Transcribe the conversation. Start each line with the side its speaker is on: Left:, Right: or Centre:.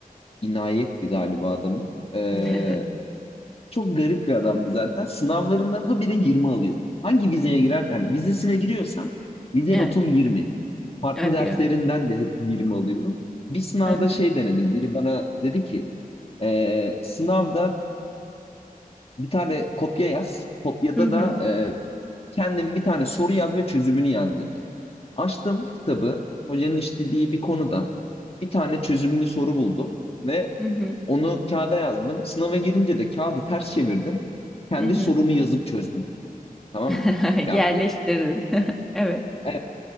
Left: İnayet'ti galiba adamın. E,
Centre: <laughs>
Left: çok garip bir adamdı zaten. Sınavlarından habire 20 alıyordu. Hangi vizeye girer yani vizesine giriyorsam vize
Centre: Evet,
Left: notum 20. Farklı
Centre: hadi
Left: derslerinden
Centre: ya.
Left: de hep 20 alıyorum. Bir sınavda
Centre: Hı hı,
Left: şey denedim. Biri bana dedi ki e, sınavda bir tane kopya yaz. Kopyada
Centre: hı hı,
Left: da e, kendin bir tane soru yaz ve çözümünü yaz dedi. Açtım kitabı. Hocanın işlediği bir konudan bir tane çözümlü soru buldum ve
Centre: hı hı,
Left: onu kağıda yazdım. Sınava girince de kağıdı ters çevirdim. Kendi
Centre: hı hı.
Left: sorumu yazıp çözdüm. Tamam
Centre: <laughs>
Left: mı? Kağıt.
Centre: Yerleştirdin. <laughs> Evet.
Left: Evet,